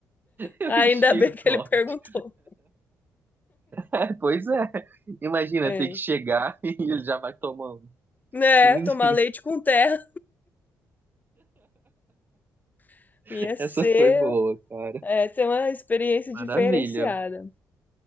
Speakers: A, on the right (about 30°); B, on the left (about 25°).
A: Eu
B: Ainda
A: enchi
B: bem
A: o
B: que
A: copo.
B: ele perguntou.
A: <laughs> É, pois é. Imagina,
B: É.
A: ter que chegar <laughs> e ele já vai tomando.
B: Né,
A: Cruzes.
B: tomar leite com terra <laughs>
A: <laughs>
B: ia ser,
A: Essa foi boa, cara.
B: é, ser uma experiência
A: Maravilha.
B: diferenciada.